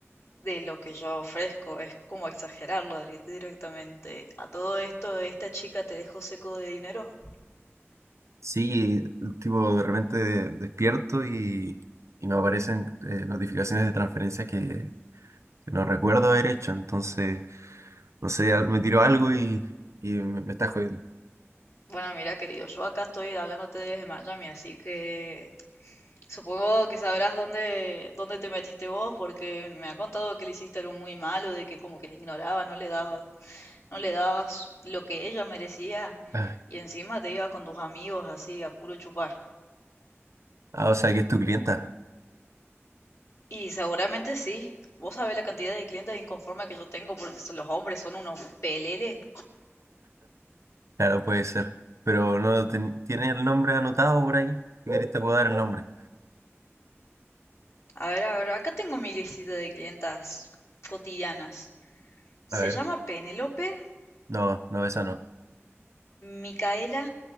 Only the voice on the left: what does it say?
de lo que yo ofrezco, es como exagerarlo li- directamente. A todo esto, esta chica te dejó seco de dinero.
Bueno, mira, querido, yo acá estoy hablándote desde Miami, así que... Supongo que sabrás dónde, dónde te metiste vos, porque me ha contado que le hiciste algo muy malo, de que como que le ignorabas, no le dabas, no le dabas lo que ella merecía,
y encima te ibas con tus amigos así a puro chupar.
Y seguramente sí, vos sabés la cantidad de clientes inconformes que yo tengo, porque son- los hombres son unos peleles.
A ver, a ver, acá tengo mi listita de clientas cotidianas. Se
llama Penelope,
Micaela,